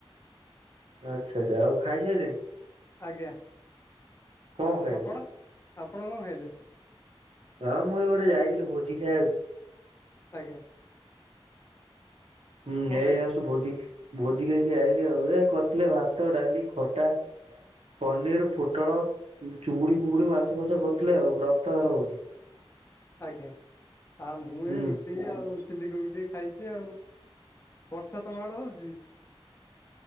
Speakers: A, on the right; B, on the left.
A: ଆଚ୍ଛା ଆଚ୍ଛା ଆଉ ଖାଇସାଇଲେଣି?
B: ଆଜ୍ଞା।
A: କଣ ଖାଇଲେ
B: ଆପଣ ଆପଣ କଣ ଖାଇଲେ?
A: ହଁ ମୁଁ ଏ ଗୋଟେ ଯାଇଥିଲି ଭୋଜି ଖାଇବାକୁ।
B: ଆଜ୍ଞା।
A: ହୁଁ
B: କଣ
A: ଏଇ
B: ଖାଇଲେ
A: ପା ଆସଚୁ ଆଉ ଭୋଜି ଭୋଜି ଖାଇକି ଆଇଲି ଆଉ ଏ କରିଥିଲେ ଭାତ, ଡାଲି, ଖଟା ପନିର, ପୋଟଳ, ଉଁ ଚୁଙ୍ଗୁଡି, ଫୁଗୁଡି, ମାଛ, ଫାଛ କରିଥିଲେ ଆଉ ବ୍ରତଘର ଭୋଜି।
B: ଆଜ୍ଞା ଆ ମୁଁ
A: ହୁଁ
B: ଏ ରୁ ଟି ଆଉ ଚିଲି କୋବି ଟିକେ ଖାଇଚି ଆଉ ବର୍ଷା ତମ ଆଡ଼େ ହୋଉଚି?